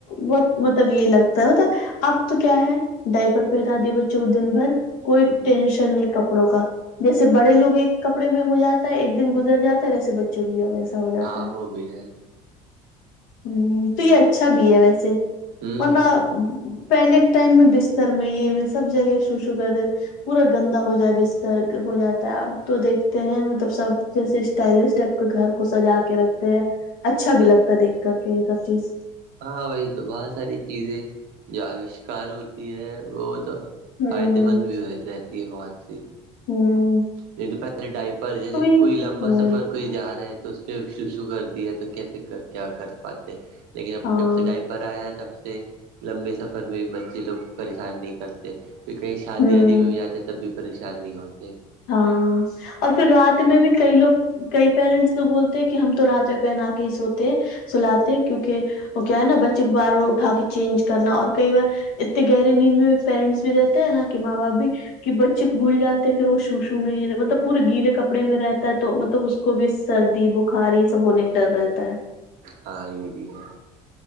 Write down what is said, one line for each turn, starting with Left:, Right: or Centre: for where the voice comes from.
Left: وہت مطلب یہ لگتا ہے <inaudible> ہوتا اب تو کیا ہے ڈائی پرر پہنا دیا بچوں کو دن بھر کوئی
Right: ہ
Left: ٹینشن نہیں کپڑوں کا جیسے بڑے لوگ ایک کپڑے میں ہو جاتا ہے ایک دن گزر جاتا ہے جیسے بچے چلویا و ایسا ہو جاتا
Right: ہاں
Left: ہے
Right: وہ بھی ہے
Left: ہ تو یہ اچھا بھی ہے ویسے
Right: ہ
Left: ورنہ پہلے کے ٹائم میں بستر میں یہ میں سب جگہ شو شو کرتے تھ پورا گندا ہو جائے بستر ہو جاتا ہے اب تو دیکھتے ہیں مطلب سب جیسے اسٹائلش ٹائپ کے گھر کو سجا کے رکھتے ہیں اچھا
Right: ہ
Left: بھی
Right: ہ
Left: لگتا ہے دیکھ کر کے یہ سب چیز
Right: ہاں وہی تو بہت ساری چیزیں جو آوشکار ہوتی ہے وہ تو
Left: ہوں
Right: فائدے مند بھی رہتی ہے بہت سی
Left: ہاں <inaudible>
Right: نہیں تو پہلے ڈائپر جیسے
Left: ہوں
Right: کوئی لمبا سفر کوئی جا رہا ہے تو اس پہ شوشو کر دیا تو کیسے کیا کر پاتے لیکنب
Left: ہاں
Right: جب سے ڈائپر آیا ہے تب سے لمبے سفر میں بھی بچے لوگ پریشان نہیں کرتے پ کہیں شادی
Left: ہوں
Right: وادی میں بھی جاتے تب بھی پریشانی نہیں ہوتے
Left: ہاں اور پھر رات میں بھی کئی لوگ کئی پیرنٹس لوگ بولتے ہیں کہ ہم تو رات میں پہنا کے ہی سوتے سلاتے کیونکہ وہ کیا ہے نا بچے کو بار بار اٹھا کے چینج کرنا اور کئی بار اتنے گہرے نیند میں پیرنٹس بھی رہتے ہیں نا کہ ماں باپ بھی کہ بچے کو بھول جاتے پھر وہ شوشو میں ہی مطلب پورے گیلے کپڑے میں رہتا ہے تو مطلب اس کو بھی سردی ب بخار یہ سب ہونے کا ڈر رہتا ہے
Right: ہاں یہ بھی ہے